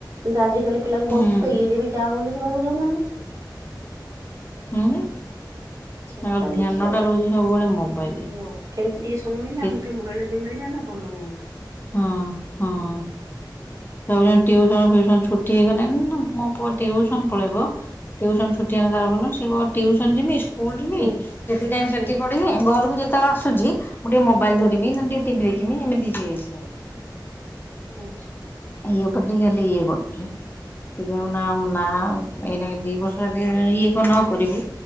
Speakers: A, on the right; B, on the left.
A: କିନ୍ତୁ ଆଜିକାଲି ପିଲାଙ୍କୁ
B: ହୁଁ
A: ଘରକୁ ପେଲିଲେ ବି ଯାଅ ବୋଲି ସେ ବାହାକୁ ଯାଉନାହାନ୍ତି।
B: <unintelligible>
A: ଆଛା
B: ତାଙ୍କର
A: ଚାଲିଛି
B: ଧ୍ୟାନ
A: ଆଉ।
B: ଟା ରହୁଛି ସବୁବେଳେ ମୋବାଇଲରେ।
A: ମୁଁ ଅ କେମିତି ଟିକେ ସମୟ ମିଳିଲା
B: ସେ
A: ଆମକୁ ଟିକେ ମୋବାଇଲ ମିଳିଯାଆନ୍ତା ଭଲ ହୁଅନ୍ତା।
B: ହଁ ହଁ। <unintelligible> ଟିଉସନ ଫିଉସନ ଛୁଟି ହେଇଗଲେ ନା ମୋ ପୁଅ ଟିଉସନ ପଳେଇବ। ଟ୍ୟୁସନ୍ ଛୁଟି ହେଲେ ତାର ଭଲସିଏ କଣ ଟିଉସନ ଟିଉ୍ୟୁସନ ଯିବି ସ୍କୁଲ ଯିମି
A: ହୁଁ
B: ସେତିିକି ଟାଇମ ସେଠି
A: ହୁଁ
B: ପଢିବି। ଘରକୁ ଯେତେବେଳେ ଆସୁଛି ମୁଁ ଟିକେ ମୋବାଇଲ
A: ହୁଁ
B: ଧରିମି ନା ଟିକେ ଟିଭି ଦେଖିବି ଏମିତି ହୁଏ ସ
A: ଆଚ୍ଛା,
B: ଇଏ ଉପରେ ଟିକେ ଖାଲି ଇଏ କରୁଛି। ସେଥିପାଇଁ ନା ନା ଏଇଟା ଦି ବର୍ଷ ଯଦି ଇଏ କ ନ କରିବୁ